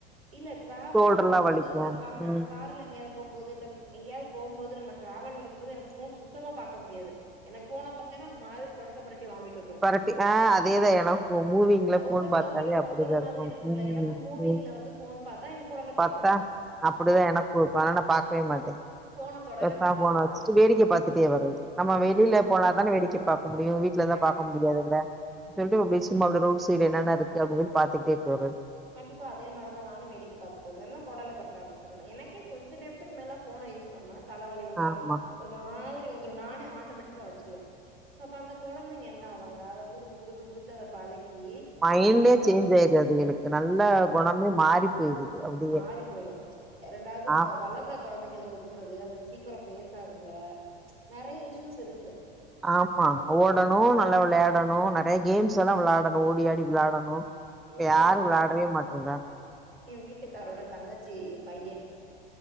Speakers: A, on the right (about 75°); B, in the centre.
A: இல்ல ட்ராவல்
B: ஷோல்டர்லா
A: பண்ணம் போது
B: வலிக்கு
A: இப்ப க அ
B: ம்
A: கார்ல எங்கயாது போம்போது இல்ல எங்கியாது போம்போது நம்ம ட்ராவல்ல இருக்கும்போது எனக்கு ஃபோன் சுத்தமா பாக்க முடியாது எனக்கு ஃபோன பாத்தேனா ஒரு மாரி கொடல பொரட்டி வாமிட் வந்துரு
B: பரட்டி ஆ
A: ஓ
B: அதேதா
A: ஆ
B: எனக்கு மூவிங்ல ஃபோன்
A: ஒவ்வொருத்தவங்களுக்கும்
B: பாத்தாலே அப்டிதா
A: ஒவ்வொரு மாதிரி
B: இருக்கு
A: இருக்கும்ல
B: ம்
A: எனக்கும்
B: ம்
A: மூவிங்ல வந்து போன் பாத்தா எனக்கு கொடல பெரட்டு
B: பாத்தா அப்டிதா எனக்கு இப்ப அனால நா பாக்கவே மாட்டே
A: போன தொடவே
B: <unintelligible>
A: மாட்டேன்
B: ஃபோன
A: நா
B: வச்சிட்டு வேடிக்கெ பாத்துட்டே வர்றது நம்ம வெளியில
A: ஆ நானு
B: போனாதானெ வேடிக்க பாக்க முடியு வீட்ல தா
A: கண்டிப்பா
B: பாக்க முடியாதுல்ல சொல்ட்டு அப்டியே சும்மா அப்டி ரோட் சைடு என்னான்னா இருக்கு அப்இப்டினு பாத்துக்ட்டே போறது
A: கண்டிப்பா அதே மாரிதா நானு வேடிக்க பாத்துட்டு வந்தென்னா கொடலப் பெரட்ட ஆரமிச்சுரு ன எனக்கே கொஞ்ச நேரத்துக்கு மேல ஃபோன யூஸ் பண்ணா தல வலி வந்துரு
B: ஆமா
A: ஒரு மாரி வந்த்ரு நானே ஆட்டோமேட்டிக்கா வச்சிருவே சோ அப்ப அந்த கொழந்தைங்க என்ன ஆவாங்க அத குடுத்து குடுத்து குடுத்து அத பழக்கி
B: மைண்டே
A: என்னைய பொறுத்தளவு
B: சேஞ்ச் ஆயிருது அது என்க்கு நல்ல
A: ஆ
B: குணமே மாறி போயிருது அப்டியே
A: மாறி போயிரு ரண்டாவது இப்ப
B: ஆ
A: வளர்ர கொழந்தைங்களுக்கு குடுக்குறது அதுக சீக்கிர பேசாதுங்க நெறைய இஷ்யூஸ் இருக்கு
B: ஆமா ஓடணு நல்லா விளையாடணு நெறைய கேம்ஸ்ல்லா விளாடணு ஓடி ஆடி விளாடணு இப்ப
A: எ
B: யாரு
A: வீட்டுக்காரோட
B: விளையாடவே மாட்டேன்றா
A: என் வீட்டுகாரோட தங்கச்சி பைய